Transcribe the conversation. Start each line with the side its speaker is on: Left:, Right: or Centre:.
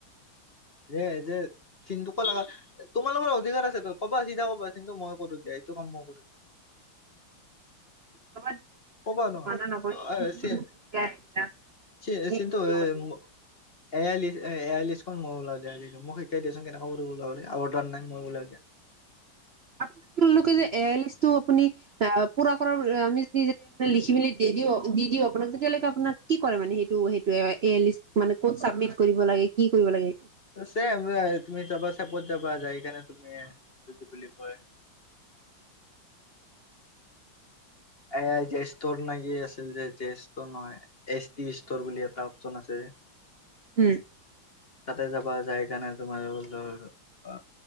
Left: এ যে চিনটো কত তোমালোকৰ অধিকাৰ আছেটো কবা চিধা কবা কিন্তু মই কৰো দিয়া। সেইটো কাম মই কৰিম।
Right: কবাত নঠা
Left: ক'বা ন
Right: আহিলাক
Left: অ চি
Right: <unintelligible>
Left: চি চিন্তু
Right: <inaudible>
Left: এ এ আই লিষ্ট এয়ই লিষ্টখন মোক ওলাই দে মোক শিকাই দেছোন কেনেকা ওলাব লাগে।
Right: আপোনালোকে এই আই লিষ্টটো আপুনি পোৰা আমি যদি লিখি মেলি দি দিওঁ দি দিওঁ আপোনাক তেতিয়ালৈকে আপোনাক কি কৰে মানে সেইটো সেইটোৱে <unintelligible> এ লিষ্ট মানে ক'ত চাবমিট কৰিব লাগে, কি কৰিব লাগে
Left: চ তুমি যাবা চেপত যাবা য এইকাৰণে তুমি এইটো কি বুলি কয় <inaudible> এ আই জে ষ্টৰ না কি আছিল যে জে ষ্টৰ নহয়। এচ টি ষ্টৰ বুলি এটা অপচন আছে। <unintelligible> <inaudible>
Right: হম।
Left: তাতে যাবা যাই কাৰণে তোমাৰ বল অ